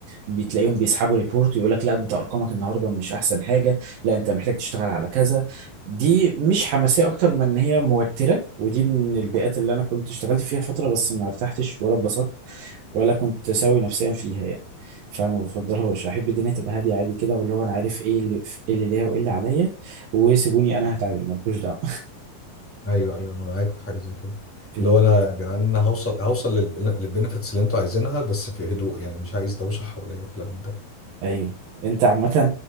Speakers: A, on the right; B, in the centre.
A: بتلاقيهم بيسحبوا ريبورت ويقول لك لا انت ارقامك النهارده مش احسن حاجه لا انت محتاج تشتغل على كذا دي مش حماسيه اكتر من ان هي موتره ودي من البيئات اللي انا كنت اشتغلت فيها فتره بس ما ارتحتش ولا اتبسطت ولا كنت سوي نفسيا فيها يعني فما بفضلهاش احب الدنيا تبقى هاديه عادي كده واللي هو انا عارف ايه اللي ايه اللي ليا وايه اللي عليا وسيبوني انا هتعامل مالكوش دعوه
B: ايوه ايوه انا معاك في حاجه زي كده
A: بن-
B: اللي هو انا يا جدعان انا هوصل هوصل للبنفيتس اللي انتوا عايزينها بس في هدوء يعني مش عايز دوشه حواليا والكلام من ده
A: ايوه انت عامه